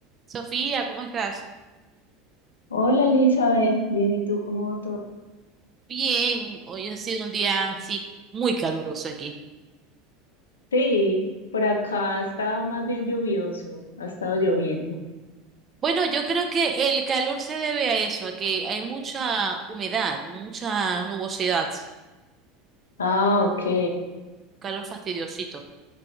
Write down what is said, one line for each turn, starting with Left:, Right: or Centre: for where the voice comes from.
Right: Sofía, ¿cómo estás?
Left: Hola Elizabeth, bien, ¿y tú cómo va todo?
Right: Bien, hoy ha sido un día sí muy caluroso aquí.
Left: Sí, por acá estaba más bien lluvioso, ha estado lloviendo.
Right: Bueno, yo creo que el calor se debe a eso, a que hay mucha humedad, mucha nubosidad,
Left: Ah, ok.
Right: calor fastidiosito,